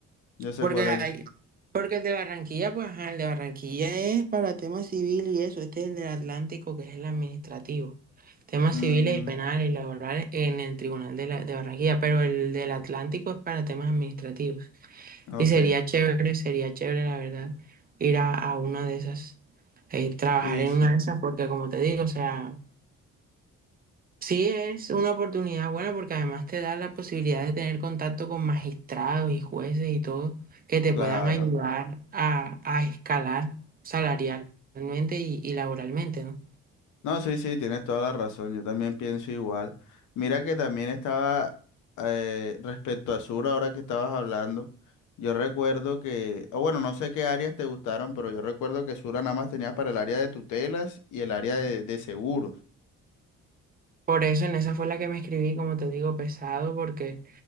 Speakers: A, on the left; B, on the right.
A: Yo sé
B: Porque
A: cuál
B: hay,
A: es. yo sé.
B: porque el de Barranquilla, pues ajá, el de Barranquilla es para tema civil y eso, este es el del Atlántico, que es el administrativo. Temas
A: Mm,
B: civiles y penales y laborales en el Tribunal de, la, de Barranquilla, pero el del Atlántico es para temas administrativos.
A: ok.
B: Y sería chévere, sería chévere, la verdad, ir a, a una de esas, eh, trabajar
A: Sí,
B: en
A: sí,
B: una de esas, porque como te digo, o sea, Sí, es una oportunidad buena porque además te da la posibilidad de tener contacto con magistrados y jueces y todo que te
A: claro.
B: puedan ayudar a, a escalar salarialmente y, y laboralmente, ¿no?
A: No, sí, sí, tienes toda la razón. Yo también pienso igual. Mira que también estaba eh, respecto a Sur, ahora que estabas hablando. Yo recuerdo que, o bueno, no sé qué áreas te gustaron, pero yo recuerdo que Sura nada más tenía para el área de tutelas y el área de, de seguros.
B: Por eso en esa fue la que me escribí, como te digo, pesado porque